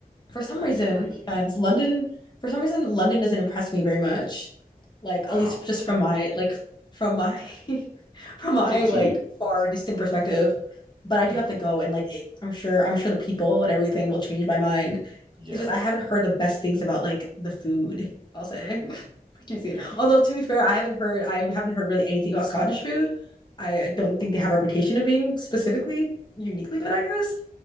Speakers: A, on the left; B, on the right.
A: for some
B: That
A: reason,
B: is crazy.
A: no offense, London, for some reason, London doesn't impress me very much. Like
B: Wow.
A: at least just from my like from my <laughs> from my
B: Talk to
A: like
B: me.
A: far distant perspective. But I
B: Okay,
A: do have
B: but
A: to go and like it- I'm sure I'm sure the people and everything will change my mind
B: yeah.
A: it's just I haven't heard the best things about like the food, I'll say.
B: Ooh,
A: <laughs> cuisine.
B: yeah.
A: Although to be fair, I haven't heard I haven't heard really anything about Scottish food. I, I don't think they have a reputation of being specifically uniquely good, I guess.